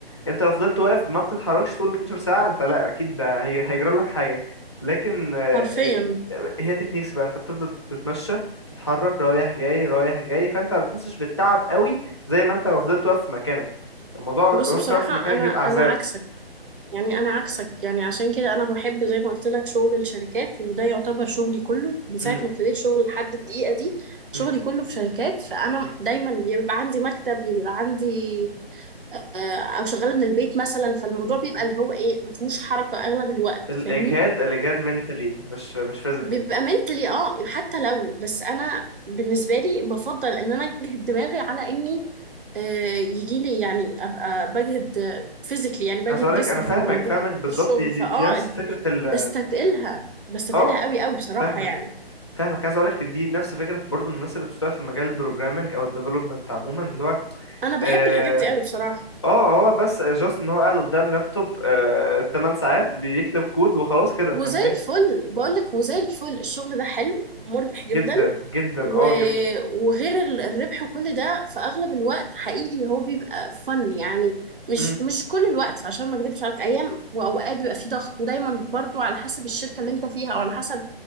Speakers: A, on the left (about 30°); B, on the right (about 60°).
A: انت لو فضلت واقف ما بتتحركش طول 12 ساعة انت لا اكيد ده هي- هيجرى لك حاجة لكن آه،
B: حرفيا
A: ال- آه، هي تكنيكس بقى انت بتفضل تتمشى تتحرك رايح جاي رايح جاي فانت ما بتحسش بالتعب قوي زي ما انت لو فضلت واقف في مكانك الموضوع
B: بص
A: وانت
B: بصراحه
A: واقف في مكانك
B: انا
A: بيبقى
B: انا
A: عذاب
B: عكسك يعني انا عكسك يعني عشان كده انا بحب زي ما قلت لك شغل الشركات وده يعتبر شغلي كله من ساعه
A: م-
B: ما ابتديت شغل لحد الدقيقه دي شغلي
A: م- م-
B: كله في شركات فانا
A: م-
B: دايما بيبقى عندي مكتب بيبقى عندي آه، او شغاله من البيت مثلا فالموضوع بيبقى
A: م.
B: اللي هو ايه ما فيهوش حركه اغلب الوقت
A: الاجهاد
B: فاهمني
A: الاجهاد منتلي مش مش فيزيكالي
B: بيبقى منتلي اه يعني حتى لو بس انا بالنسبه لي بفضل ان انا اجهد دماغي على اني آه، يجي لي يعني ابقى بجهد فيزيكلي يعني بجهد
A: عايز اقولك
B: جسمي
A: انا فاهمك
B: في الموضوع
A: فاهمك بالظبط
B: في الشغل
A: دي,
B: فاه
A: دي, دي نفس
B: ال-
A: فكرة ال
B: بستتقلها بستتقلها
A: اه
B: قوي قوي بصراحه
A: فاهمك
B: يعني
A: فاهمك عايز اقولك دي نفس فكره برضو الناس اللي بتشتغل في مجال البروجرامنج او الديفلوبمنت عموما اللي هو
B: انا بحب
A: اه
B: الحاجات دي قوي بصراحه
A: آه، هو بس جاست ان هو قاعد قدام لابتوب آه 8 ساعات بيكتب كود وخلاص كده
B: وزي
A: فاهماني
B: الفل بقول لك وزي الفل الشغل ده حلو مربح جدا
A: جدا جدا
B: و...
A: اه جدا
B: وغير ال- الربح وكل ده في اغلب الوقت حقيقي هو بيبقى فن يعني مش
A: امم
B: مش كل الوقت عشان ما اكذبش عليك ايام واوقات بيبقى فيه ضغط ودايما برضو على حسب الشركه اللي انت فيها او على حسب